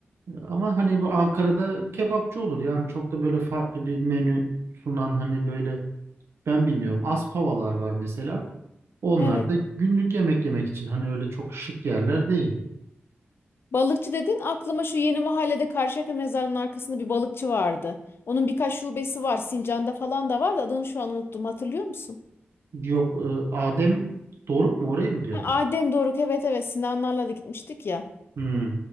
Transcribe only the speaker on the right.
Ama hani bu Ankara'da kebapçı olur yani çok da böyle farklı bir menü sunan hani böyle ben bilmiyorum Aspavalar var mesela. Onlar
da günlük yemek yemek için hani öyle çok şık yerler değil.
Yok e, Adem Doruk mu orayı mı diyorsun?
Hmm.